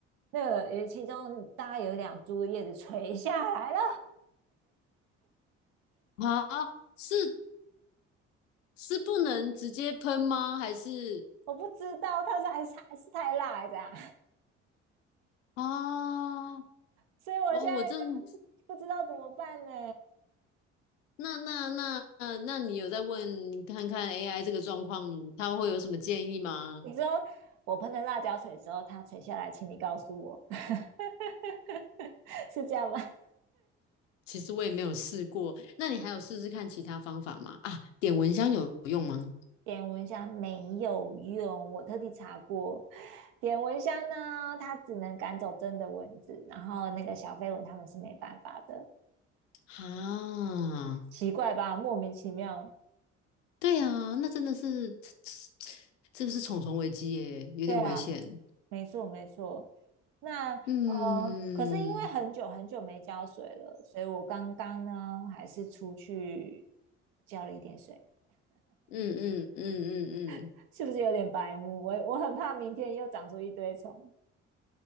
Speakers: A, on the right (about 65°); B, on the left (about 80°).
A: 那个有其中大概有两株叶子垂下来了，
B: 啊，是是不能直接喷吗？还是
A: <laughs> 我不知道它是还是还是太辣还是怎样。
B: 啊？
A: 所以我现在就是不知道怎么办呢。
B: 哦，我正那那那呃那你有在问看看 AI 这个状况，它会有什么建议吗？
A: 你说我喷了辣椒水之后，它垂下来，请你告诉我，<laughs> 是这样吗？
B: 其实我也没有试过，那你还有试试看其他方法吗？啊，点蚊香有用吗？
A: 点蚊香没有用，我特地查过，点蚊香呢，它只能赶走真的蚊子，然后那个小飞蚊它们是没办法的，
B: 啊。
A: 奇怪吧？莫名其妙。
B: 对啊，那真的是，<tsk> 这个是重重危机耶，有点危险。
A: 对啊，没错没错。那呃，
B: 嗯
A: 可是因为很久很久没浇水了，所以我刚刚呢还是出去浇了一点水，
B: 嗯嗯嗯嗯
A: <laughs> 是不是有点白目？我我很怕明天又长出一堆虫。